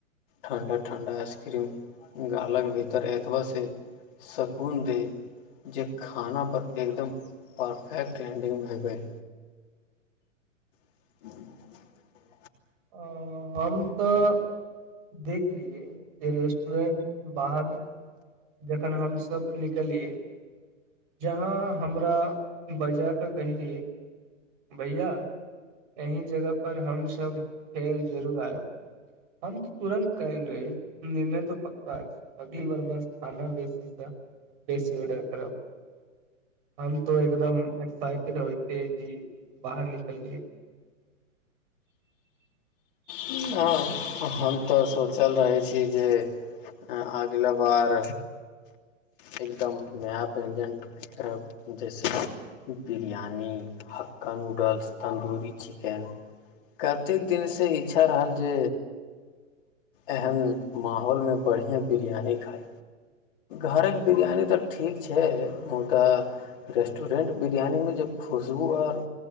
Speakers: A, on the left (about 40°); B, on the right (about 40°).
A: ठण्ढा ठण्ढा आइसक्रीम गालक भीतर एतबहँ सकून दे जे खानापर एकदम परफेक्ट एंडिंग भए गेल <unintelligible>
B: अ हम तऽ देख लियए जे रेस्टुरेंट बाहर जखन हमस निकलियै जहाँ हमरा बजा क कहलियए भैया एहिही जगह पर हमस फेर जरूर आयब हम तऽ तुरन्त कने रही निर्णय तऽ पक्का छै अभी ब <unintelligible>
A: हँ हम तऽ सोचल रहै छी जे अगिला बार एकदम नया व्यञ्जन कर जैसे बिरयानी हक्का नूडल्स तन्दूरी चिकेन कतेक दिनसँ ई अच्छा रहल जे एहन माहौलमे बढ़िआँ बिरयानी खाइ घरक बिरयानी तऽ ठीक छै मु तऽ रेस्टरेन्ट बिरयानीमे जे खुशबू आओर